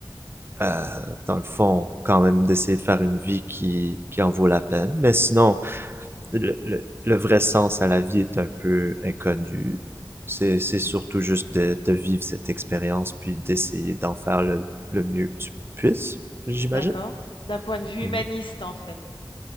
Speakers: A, on the right (about 30°); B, on the left (about 85°).
A: euh, dans le fond, quand même d'essayer de faire une vie qui, qui en vaut la peine. Mais sinon, le, le- le vrai sens à la vie est un peu inconnu. C'est c'est surtout juste de, de vivre cette expérience puis d'essayer d'en faire le, le mieux que tu puisses, j'imagine.
B: D'accord. D'un point de vue
A: Mhm.
B: humaniste, en fait.